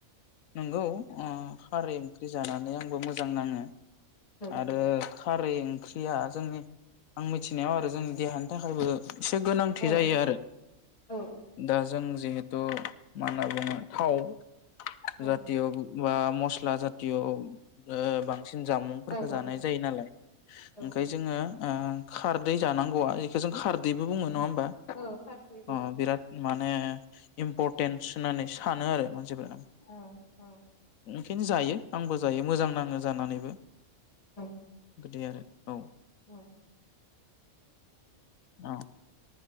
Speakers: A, on the left; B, on the left.
A: नंगौ। अ खारै ओंख्रि। जानानै आंबो मोजां नाङो।
B: औ
A: आरो। खारै ओंख्रिया जोंनि आं मिथिनायाव आरो जोंनि देहानि थाखायबो। एसे गोनांथि
B: औ
A: जायो आरो
B: औ
A: दा जों। जिहेतु मा होनना बुङो थाव।
B: औ
A: जाथिय बा मस्ला जातिय' <unintelligible> सिन जामुंफोरखौ
B: औ
A: जानाय जायो नालाय
B: औ
A: ओंखाय जोङो। ओ खारदै जानांगौआ इखौ जों खारदैबो बुङो नङा बा
B: औ खारदैबो
A: अ बिराद माने। इम्परटेन्स होननानै सानो आरो मानसिफोरा।
B: औ औ।
A: खायनो जायो आंबो जायो मोजां नाङो जानानैबो।
B: <unintelligible>
A: गोदै आरो।
B: <unintelligible>
A: औ औ